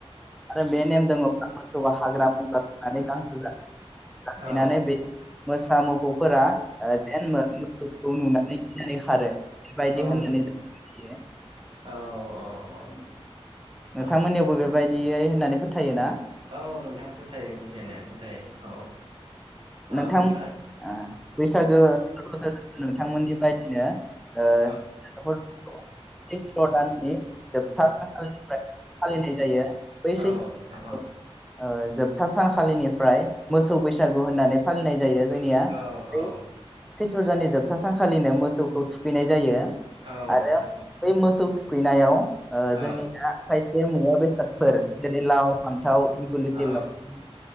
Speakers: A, in the centre; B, on the right (about 55°).
A: बे नेम दङो हाग्रा बंग्रा थांनानै गांसो <unintelligible> जाहैनानै
B: औ
A: बे मोसा मुफौ मोसौखौ नुनानै गिनानै खारो मोसौखौ नुनानै गिनानै खारो बायदि
B: औ
A: होननानै
B: नों
A: जों मिथियो।
B: औ औ औ।
A: नोंथांमोननियावबो
B: औ
A: बेबायदि यै होननानै फोथायोना
B: औ। नोंथां फोथायो फोथायनाया फोथायो औ।
A: नोंथांमोन
B: ओमफ्राय
A: ओ बैसागो <unintelligible> नोंथांमोननि बायदिनो ओ <unintelligible>
B: औ
A: सैथ्र दान्नि जोबथानिफ्राय फालिनाय जायो बै सैथ्र
B: औ नोंथां औ
A: जोब था सानखालिनिफ्राय मोसौ बैसागु होननानै फालिनाय जायो। जोंनिया
B: औ
A: बे
B: औ
A: सैथ्र' दाननि जोबथा सानखालिनो मोसौखौ थुखैनाय जायो‌।
B: औ
A: आरो
B: नोंथां
A: बै मोसौ थु खैनायाव जोंनिया
B: औ
A: खायसे मुवा बेसादफोर जेरै लाव फान्थाव दिग लथि
B: औ
A: लावथि,